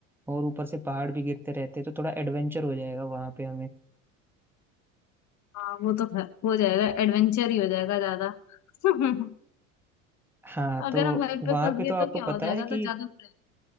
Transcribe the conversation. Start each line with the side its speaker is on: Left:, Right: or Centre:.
Centre: और ऊपर से पहाड़ भी गिरते रहते हैं तो थोड़ा एडवेंचर हो जाएगा वहाँ पे हमें
Left: हाँ वो तो है, हो जाएगा एडवेंचर ही हो जाएगा ज्यादा <laughs>
Centre: हाँ तो
Left: अगर हम वहीं पे
Centre: वहाँ
Left: फंस
Centre: पे
Left: गए
Centre: तो आपको
Left: तो क्या
Centre: पता
Left: हो जाएगा
Centre: है कि
Left: तो ज्यादा बुरा है।